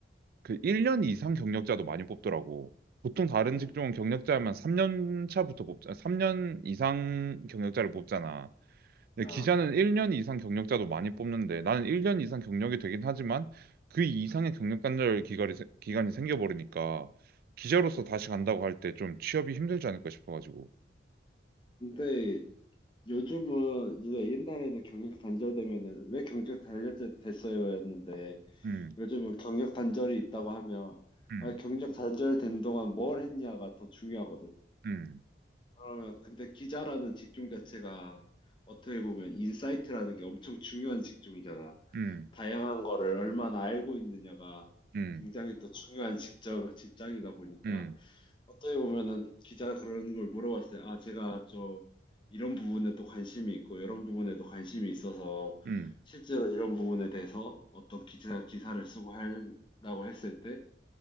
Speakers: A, on the right (about 55°); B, on the left (about 25°).
A: 그 1년 이상 경력자도 많이 뽑더라고. 보통 다른
B: 음.
A: 직종은 경력자면 3년 차부터 뽑자, 3년 이상 경력자를 뽑잖아. 근데
B: 아,
A: 기자는 1년 이상 경력자도 많이 뽑는데 나는 1년 이상 경력이 되긴 하지만 그 이상의 경력 단절 기간이, 세- 기간이 생겨버리니까 기자로서
B: 아.
A: 다시 간다고 할 때 좀 취업이 힘들지 않을까 싶어가지고.
B: 근데 요즘은 이제 옛날에는 경력 단절되면은 왜 경력 단절됐어요였는데
A: 음,
B: 요즘은 경력 단절이 있다고 하면,
A: 음,
B: 아, 경력 단절된 동안 뭘 했냐가 더 중요하거든.
A: 음,
B: 그러면, 근데 기자라는 직종 자체가 어떻게 보면 인사이트라는 게 엄청 중요한 직종이잖아.
A: 음,
B: 다양한 거를 얼마나 알고 있느냐가
A: 음,
B: 굉장히 또 중요한 직장, 직장이다 보니까
A: 음,
B: 어떻게 보면은 기자가 그런 걸 물어봤어요. 아, 제가 저 이런 부분에 또 관심이 있고 이런 부분에도 관심이 있어서
A: 음,
B: 실제로 이런 부분에 대해서 어떤 기자 기사를 쓰고 한다고 했을 때